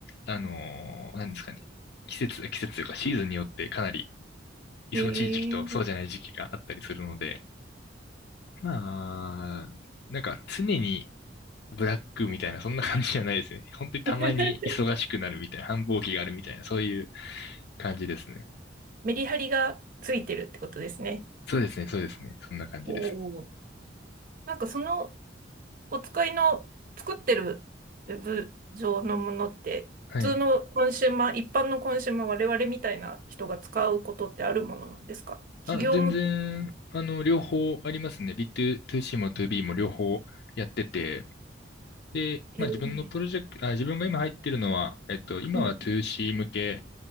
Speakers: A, on the left; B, on the right.
A: あのーなんですかね。季節、季節というかシーズンによってかなり忙しい時期とそうじゃない時期があったりするので、
B: へえ。
A: まあ、なんか常にブラックみたいな、そんな感じじゃないですね。<laughs> 本当にたまに忙しくなるみたいな、
B: <laughs>
A: 繁忙期があるみたいな、そういう感じですね。
B: メリハリがついてるってことですね。
A: そうですね、そうですね。そんな感じです。
B: おお。なんかそのお使いの作ってるウェブ上のものって普通のコンシューマー、
A: はい。
B: 一般のコンシューマー、我々みたいな人が使うことってあるものなんですか企業向け。
A: あ、全然、あの、両方ありますね。ビー2 c も 2B も両方やってて、で、
B: へえ。
A: まあ自分のプロジェクト、あ、自分が今入ってるのは、えっと、今は
B: うん
A: 2C 向け